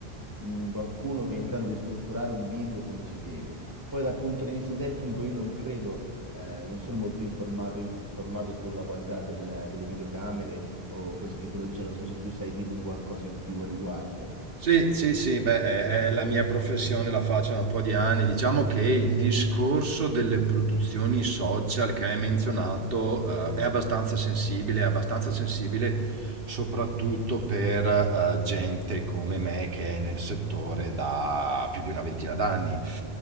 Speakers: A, on the right (about 20°); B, on the right (about 60°).
A: mm, qualcuno che è in grado di strutturare un video come si deve. Poi dal punto di vista tecnico io non credo eh, non sono molto informato, informato sulla qualità del- delle videocamere o questa tipologia, non so se tu sai dirmi qualcosa in più a riguardo.
B: Sì, sì, sì, beh, è, è la mia professione, la faccio da un po' di anni. Diciamo che il discorso delle produzioni social che hai menzionato, eh, è abbastanza sensibile, è abbastanza sensibile soprattutto per, eh, gente come me che è nel settore da più di una ventina d'anni.